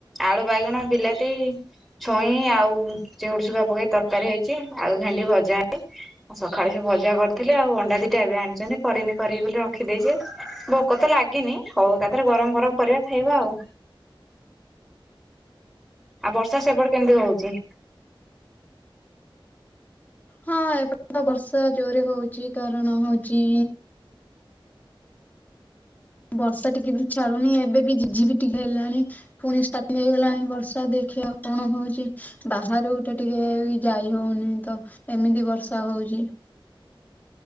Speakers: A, in the centre; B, on the left (about 20°).
A: ଆଳୁ, ବାଇଗଣ, ବିଲାତି ଛୁଇଁ ଆଉ ଚିଙ୍ଗୁଡ଼ି ଶୁଖୁଆ ପକେଇ ତରକାରୀ ହେଇଛି ଆଳୁ ଭେଣ୍ଡି ଭଜା ହ ସକାଳେ ସେ ଭଜା କରିଥିଲି ଆଉ ଅଣ୍ଡା ଦିଟା ଏବେ ଆଣିଚନ୍ତି କରିନି କରିବି ବୋଲି ରଖିଦେଇଛି। ଭୋକ ତ ଲାଗିନି ହଉ ଏକାଥରେ ଗରମ ଗରମ କରିବା ଖାଇବା ଆଉ। ଆଉ ବର୍ଷା ସେପଟେ କେମିତି ହଉଛି?
B: ହଁ ଏପ <unintelligible> ତ ବର୍ଷା ଜୋରେ ହଉଚି କାରଣ ହଉଛି ବର୍ଷା ଟିକେ ବି ଛାଡୁ଼ନି ଏବେ ବି ଝିପି ଝିପି ଟିକେ ହେଲାଣି। ପୁଣି ଷ୍ଟାର୍ଟିଂ ହେଇଗଲାଣି ବର୍ଷା ଦେଖିବା ଆଉ କଣ ହଉଛି। ବାହାରକୁ ତ ଟିକେ ଯାଇ ହଉନି ତ ଏମିତି ବର୍ଷା ହଉଚି।